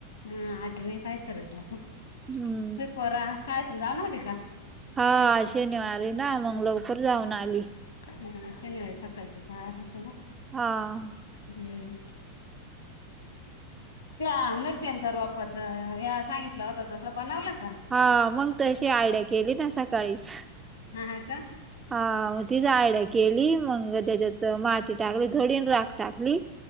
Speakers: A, on the left (about 65°); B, on the right (about 15°).
A: हम्म आजी नाय काय करत आ ह
B: हुं
A: ते पोरां शाळेतून जाउन आले का
B: हां आज शेनिवार नां मग लवकर जाऊन आली.
A: हुं शनिवारी सकाळची शाळा राहती नां
B: हां
A: हम त्या मिरच्यांच रोपचं यां सांगितलं होत तसं बनवलं का?
B: हां मगं तशी आयडिया केली नां सकाळीच.
A: हा हा का
B: हां म तीच आयड्या केली मगं त्याच्यात माती टाकली आन राख. टाकली